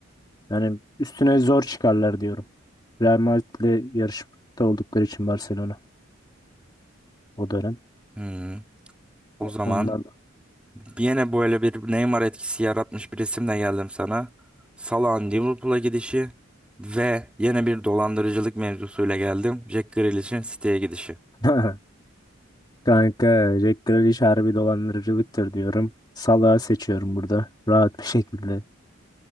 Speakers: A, on the left; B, in the centre.
A: hani üstüne zor çıkarlar diyorum. Real Madrid'le yarışmakta oldukları için Barcelona o dönem.
B: Hmm. O
A: O-
B: zaman
A: Ondan
B: Yine böyle bir Neymar etkisi yaratmış bir resimle geldim sana. Salah'ın Liverpool'a gidişi ve yine bir dolandırıcılık mevzusuyla geldim. Jack Grealish'in City'ye gidişi.
A: <laughs> kanka Jack Grealish harbi dolandırıcılıktır diyorum. Salah'ı seçiyorum burada rahat bir şekilde.